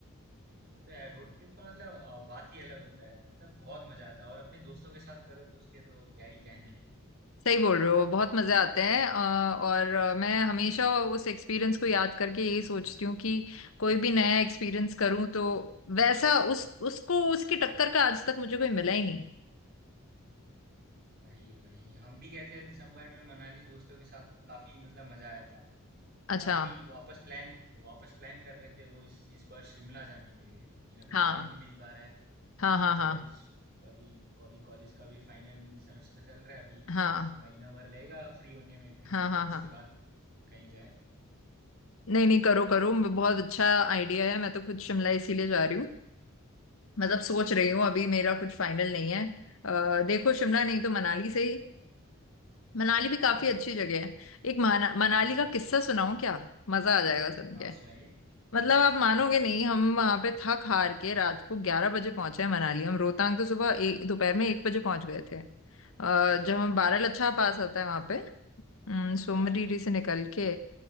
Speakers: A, on the right; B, on the left.
A: तो है रोड ट्रिप का मतलब अ, बात ही अलग होता है मतलब बहुत मजा आता है और अपने दोस्तों के साथ करो तो उसके तो क्या ही कहने हैं
B: सही बोल रहे हो बहुत मजे आते हैं अ, और अ, मैं हमेशा उस एक्सपीरियंस को याद करके यही सोचती हूँ कि कोई भी नया एक्सपीरियंस करूँ तो वैसा उस उसको उसकी टक्कर का आज तक मुझे कोई मिला ही नहीं
A: वही वही हम भी गए थे दिसंबर में मनाली दोस्तों के साथ तो काफी मतलब मजा आया था मतलब
B: अच्छा
A: अभी वापस प्लान वापस प्लान कर रहे थे वो इस इस बार शिमला जाने के लिए लेकिन अभी
B: हाँ
A: टाइम नहीं मिल पा रहा है
B: हाँ हाँ
A: तो
B: हाँ
A: कॉलेज अभी अभी कॉलेज का भी फाइनल सेमेस्टर चल रहा है अभी
B: हाँ
A: महीना भर लगेगा फ्री होने में फिर
B: हाँ
A: सोच
B: हाँ
A: रहे उसके
B: हाँ हाँ
A: बाद कहीं जाए
B: नहीं नहीं करो करो बहुत अच्छा आइडिया है मैं तो खुद शिमला इसीलिए जा रही हूँ मतलब सोच रही हूँ अभी मेरा कुछ फाइनल नहीं है अ, देखो शिमला नहीं तो मनाली से ही मनाली भी काफी
A: हाँ
B: अच्छी जगह है एक माना, मनाली
A: भाई
B: का
A: बहुत
B: किस्सा
A: अच्छा
B: सुनाऊं क्या मजा आ जाएगा सुन
A: हाँ
B: के
A: सुनाइए
B: मतलब
A: सुनाइए
B: आप
A: सुनाइए
B: मानोगे नहीं हम वहां पे थक हार के रात को ग्यारह बजे पहुंचे हैं मनाली हम रोहतांग तो सुबह एक दोपहर में एक बजे पहुंच गए थे अ, जब हम बारह
A: हाँ
B: लच्छा पास आता है वहां पे अम, सोमरीरी
A: हाँ
B: से निकल के